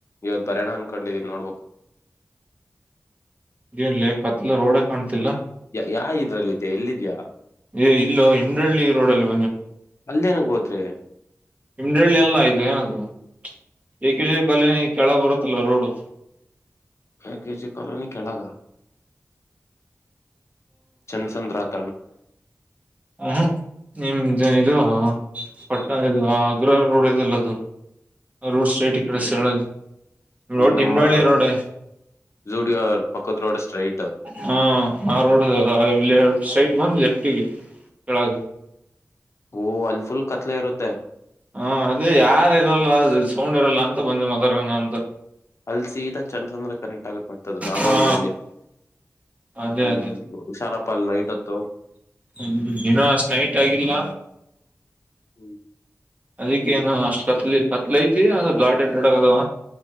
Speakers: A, on the left (about 60°); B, on the right (about 25°).
A: ಇವತ್ತು ಬರೋಣ ಅನ್ಕೊಂಡಿದ್ದೀನಿ ನೋಡ್ಬೇಕು
B: ಇದೇನ್ಲಿ ಕತ್ಲ ರೋಡ ಕಾಣ್ತಿಲ್ಲ
A: ಯಾ ಇದ್ರಲ್ಲಿದ್ದ ಎಲ್ಲಿದ್ಯಾ
B: ಏ ಇಲ್ಲೋ ಹಿಮಂಡಳ್ಳಿ ರೋಡಲ್ಲಿ
A: ಅಲ್ಲೇನಕ್ ಹೋದ್ರಿ
B: ಹಿಮಂಡಳ್ಳಿ ಎಲ್ಲ ಇದು ಏನದು ಏಕೆ ಕಾಲನಿ ಕೆಳ ಬರುತ್ತಲ್ಲ ರೋಡು
A: ಆ ಕೆಜಿ ಕಾಲೋನಿ ಕೆಳಗ ಚಂದಸಂದ್ರಾತ್
B: ಹ ನಿಮ್ ಇದು ಹ ಪಟ್ಟ ಇ ಅಗ್ರ ರೋಡ್ ಇದೆಲ್ಲ ಅದು ಆ ರೋಡ್ ಸೈಡ್ ಕ್ರಶ್
A: ಹ್ಮ್
B: ಈ ಕಡೆ ಸಳದ ರೋಡಗಿಂಗಳ್ಳಿ
A: ನಮ್ಮ
B: ರೋಡ್
A: ಜೂಡಿಯೋ ಪಕ್ಕದ ರೋಡ್ ಸ್ಟ್ರೈಟ್
B: ಹ ಆ ರೋಡ್ಲ್ಲಿ ಸ್ಟೈಟ್ ಬಂದು ಲೆಫ್ಟಿಗೆ ಕೆಳಗೆ
A: ಓ ಅಲ್ಫುಲ್ ಕತ್ಲೆ ಇರುತ್ತೆ
B: ಹ ಅದೇ ಯಾರ ಇರಲ್ಲ ಅ ಸೌಂಡ್ ಇರಲ್ಲ ಅಂತ ಬಂದಿ ಮತಂಗ ಅಂತ
A: ಅಲ್ಲಿ ಸೀದಾ ಚಂದ್ರ ಚಂದ್ರ ಕನೆಕ್ಟ್ ಆಗಕ್ ಮತದ ನಾಗೋಂಡ್ನಳ್ಳಿ
B: ಹಾ ಅದೇ
A: ಹ್ಮ್
B: ಅದೇ
A: ಹುಷಾರಪ್ಪಲ್ ನೈಟ್ತ್ತು
B: ಹ್ಮ್ ಇನ್ನೂ ಅಷ್ಟ್ ನೈಟ್ ಆಗಿಲ್ಲ
A: ಹ್ಮ್
B: ಅದಿಕ್ಕೇಏನು ಅಷ್ಟ್ ಕತ್ಲಿ ಕತ್ಲ ಐತಿ ಆದ್ರ ಗಾಡಿ ಅಡ್ಡಡಗದವ